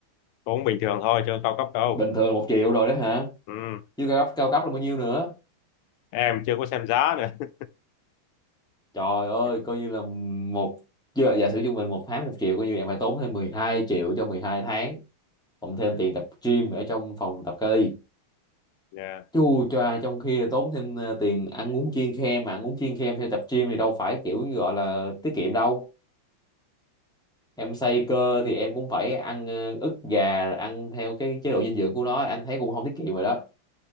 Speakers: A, on the left; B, in the centre.
A: cũng bình thường thôi chứ không cao cấp đâu
B: bình thường là một triệu rồi đó hả
A: ừ.
B: chứ cao cấp cao cấp là bao nhiêu nữa
A: em chưa có xem giá nữa
B: trời ơi
A: <laughs>
B: coi như là một giờ giả sử trung bình một tháng một triệu coi như em phải tốn thêm 12 triệu cho mười hai tháng cộng thêm tiền tập gym ở trong phòng tập kali
A: Dạ.
B: chu choa trong khi tốn thêm ờ, tiền ăn uống chiên khem mà ăn uống chiên khem theo tập gym thì đâu phải kiểu như gọi là tiết kiệm đâu em xây cơ thì em cũng phải ăn ờ, ức gà rồi ăn theo cái chế độ dinh dưỡng của nó anh thấy cũng không tiết kiệm rồi đó